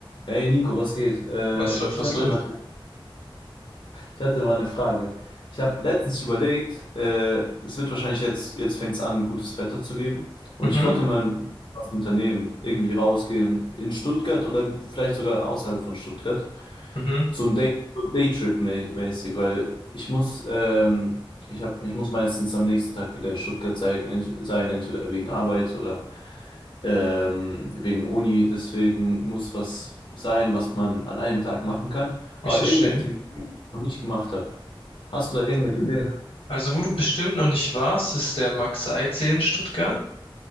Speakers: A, on the left (about 60°); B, on the left (about 85°).
A: Hey Nico, was geht? Äh,
B: Was läuft,
A: ich
B: was
A: hatte
B: läuft?
A: mal, ich hatte mal eine Frage. Ich habe letztens überlegt, äh, es wird wahrscheinlich jetzt, jetzt fängt es an, gutes Wetter zu geben. Und
B: Mhm,
A: ich wollte mal was unternehmen, irgendwie rausgehen in Stuttgart oder vielleicht sogar außerhalb von Stuttgart.
B: mhm,
A: So ein Day, so Daytrip-mäßig, weil ich muss, ähm, ich hab, ich muss meistens am nächsten Tag wieder in Stuttgart sein, sein entweder wegen Arbeit oder ähm, wegen Uni. Deswegen muss was sein, was man an einem Tag machen kann. Aber
B: ich verstehe.
A: irgendeine Aktivität, die ich noch nicht gemacht habe. Hast du da irgendwelche
B: Äh,
A: Ideen?
B: Also, wo du bestimmt noch nicht warst, ist der Max-Eyck-See in Stuttgart.